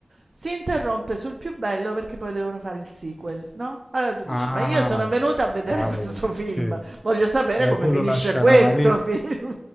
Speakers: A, on the right (about 60°); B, on the left (about 30°).
A: si interrompe sul più bello perché poi devono fare il sequel, no? Allora tu
B: Ah,
A: dici, ma io sono venuta a vedere
B: cavolo,
A: <laughs> questo film,
B: sì.
A: voglio sapere
B: Eh,
A: come
B: quello
A: finisce
B: lascia
A: questo
B: un'amarezza,
A: film.